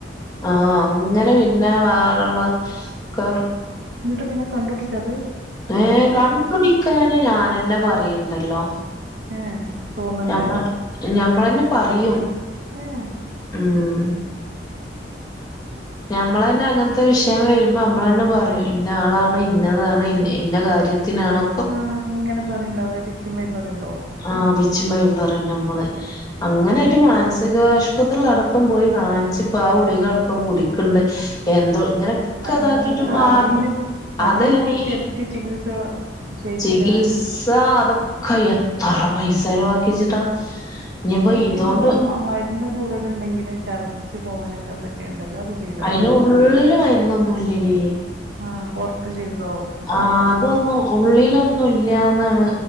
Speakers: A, on the left; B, on the right.
A: ആ അങ്ങനെ പിന്നെ വേറെള്ള ക്കം
B: ന്നിട്ട് പിന്നെ കണ്ടു പിടിച്ചത്
A: ഏ കണ്ടു പിടിക്കാന് ഞാനെന്നെ പറയുണ്ടല്ലോ
B: ഏഹ് തോന്ന്ണ്ട്
A: ഞമ്മള ഞമ്മളന്നെ പറയും
B: ഉം
A: ഉം ഞമ്മള്ന്നെ അങ്ങനത്തെ വിഷയം വരുമ്പോ മ്മള് തന്നെ പറയും ഇന്ന ആളാണ് ഇന്നതാണ് ഇ ഇന്ന കാര്യത്തിനാണോ
B: ആ അങ്ങനെ പറയണ്ടാവില്ല പിച്ചും പെ പറണ്ടാവും
A: ആ വിച്ചുംപയും പറയും ഞമ്മള് അങ്ങനെട്ട് മാനസികാശുപത്രില അടക്കം പോയി കാണിച്ചപ്പ ആ ഗുളികടക്കം കുടിക്കുണ്ട് എന്തോ ഇങ്ങനെക്കെ
B: അല്ല
A: ഇതാക്കിട്ട്
B: എന്നിട്ട്
A: മാറണം
B: അതിന് അതിനിപ്പോ
A: അതല്ല ഈ
B: ശരിക്ക് ചികിത്സ ചെയ്തീലാ
A: ചികിത്സ അത കൈ എത്തറ പൈസ ചെലവാക്കിച്ചിട്ടാ ഇനിയിപ്പോ
B: അല്ല
A: ഇതോണ്ട്
B: എന്തോ മ മരുന്ന് ഉള്ളിലുണ്ടെങ്കില്ഛർദ്ദിച്ച് പോവാനൊക്കെ എന്തൊക്കെയ ഉണ്ടല്ലോ അത് ചെയ്താ
A: അയിന് ഉള്ളില് മരുന്ന്ഒന്നും ഇല്ലടി
B: ആഹ് പുറത്ത് ജീവിതാവും
A: ആ അതൊന്നു ഉള്ളിലൊന്നും ഇല്യാന്നാണ്